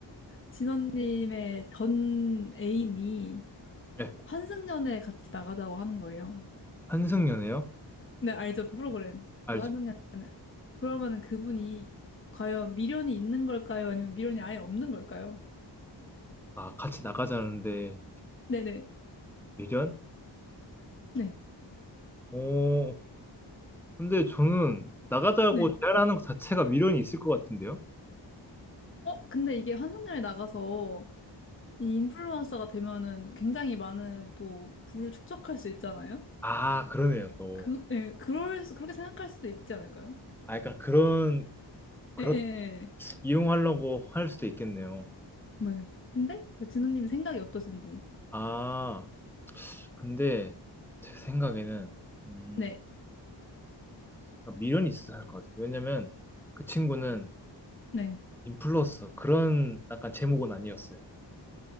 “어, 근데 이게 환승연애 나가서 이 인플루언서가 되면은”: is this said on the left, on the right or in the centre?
Left